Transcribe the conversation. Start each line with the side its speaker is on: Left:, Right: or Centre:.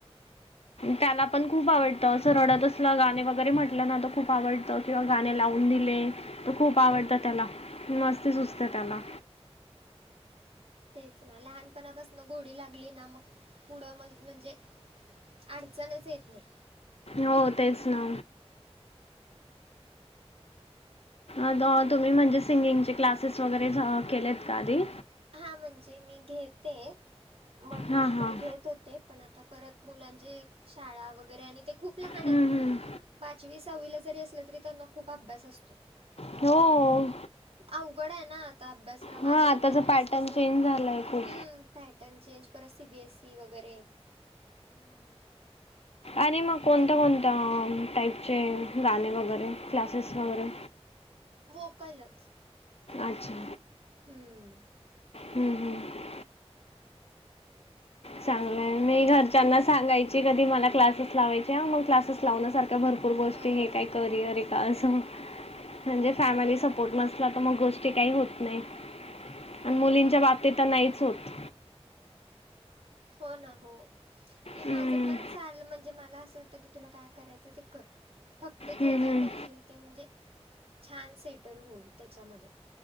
Left: त्याला पण खूप आवडतं असं रडत असलं गाणे वगैरे म्हटलं ना तर खूप आवडतं किंवा गाणे लावून दिले तर खूप आवडतं
Right: हम्म
Left: त्याला मस्ती सुचते त्याला
Right: तेच ना लहानपणापासन गोडी लागली ना मग पुढं मग म्हणजे अडचणच येत नाही
Left: हो तेच ना अ तुम्ही म्हणजे सिंगिंगचे क्लासेस वगैरे केलेत का आधी
Right: हा म्हणजे मी घेते मध्यंतरी
Left: हां हां
Right: घेत होते पण आता परत मुलांचे शाळा वगैरे आणि ते खूप लहान
Left: हम्म,
Right: आहेत
Left: हम्म.
Right: पाचवी सहावीला जरी असलं तरी त्यांना खूप अभ्यास असतो
Left: हो
Right: अवघड आहे ना आता अभ्यासक्रम
Left: हां
Right: आधी
Left: आताचं
Right: आपल्या वेळेस
Left: पॅटर्न
Right: कस
Left: चेंज झालाय खूप
Right: पॅटर्न चेंज परत सीबीएससी वगैरे
Left: आणि मग कोणता
Right: त्यामुळं
Left: कोणता्या टाईप चे गाणे वगैरे क्लासेस वगैरे
Right: हो कळलच
Left: अच्छा
Right: हम्म
Left: हम् हम्म
Right: तर बघायचं
Left: चांगलंय.
Right: आता परत
Left: मी घरच्यांना सांगायच- ची. कधी मला क्लासेस लावायच्या. मग क्लासेस लावण्यासारख्या भरपूर गोष्टी
Right: हो
Left: हे काय करिअर ए- असं. म्हणजे फॅमिली सपोर्ट नसला तर मग गोष्ट- काही होत नाही आणि
Right: ते
Left: मुलींच्या
Right: पण आहे.
Left: बाबतीत तर नाहीच होत.
Right: हो ना हो. ते
Left: हम्म,
Right: माझं- पण चाल म्हणजे, मला असं होत की तुला काय करायचं ते कर. फक्त जे
Left: हम्म,
Right: काय- करशील ते म्हणजे, छान सेटल होऊन त्याच्यामध्ये.